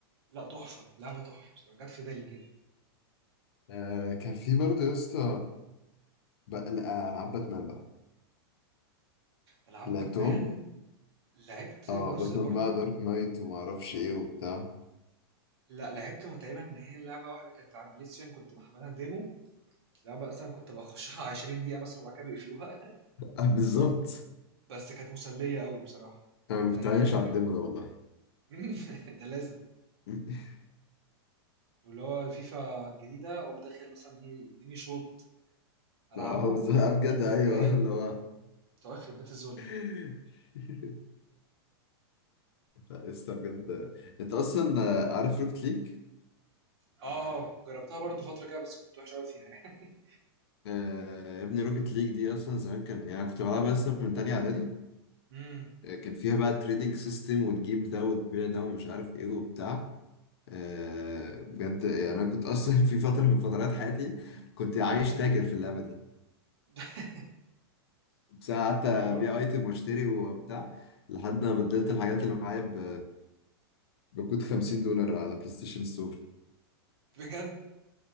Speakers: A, on the right; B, on the left.
A: تحفة لعبة تحفة بصراحة جت في بالي كده
B: آه، كان في برضه يا اسطى بقى العاب باتمان بقى
A: العاب
B: لعبتهم
A: باتمان لعبت جزء
B: اه باتمان
A: برضو
B: بقى دارك نايت وما اعرفش ايه وبتاع
A: لا لعبت تقريبا ان هي لعبة واحدة كانت على البلاي ستيشن كنت محملها ديمو لعبة اصلا كنت بخشها 20 دقيقة مثلا وبعد كده بيقفلوها
B: آه، بالظبط
A: بس كانت مسلية قوي بصراحة
B: انا
A: كانت
B: كنت
A: يعني
B: عايش
A: كان
B: على
A: كان
B: الدemo ده والله
A: <laughs> ده لازم
B: <laughs>
A: واللي هو الفيفا الجديدة اقوم داخل مثلا ايه اديني شوط العبه
B: اه بالظبط آه، بجد
A: خمس
B: ايوه
A: دقايق
B: اللي هو
A: بتوع اخر بيت الذل
B: <laughs> لا لسه بجد انت اصلا آه، عارف روكت ليج
A: اه اه جربتها برضو فترة كده بس كنت وحش قوي فيها يعني
B: آه يا ابني روكت ليج دي اصلا زمان كان يعني أنا كنت بلعبها اصلا من تانية اعدادي
A: امم
B: آه، كان فيها بقى تريدنج سيستم وتجيب ده وتبيع ده ومش عارف ايه وبتاع آه بجد يعني انا كنت اصلا <laughs> في فترة من فترات حياتي كنت عايش تاجر في اللعبة
A: <laughs>
B: بس أنا قعدت ابيع
A: انا بر...
B: ايتم واشتري وبتاع لحد ما بدلت الحاجات اللي معايا ب... بكود 50 دولار على بلاي ستيشن ستور
A: بجد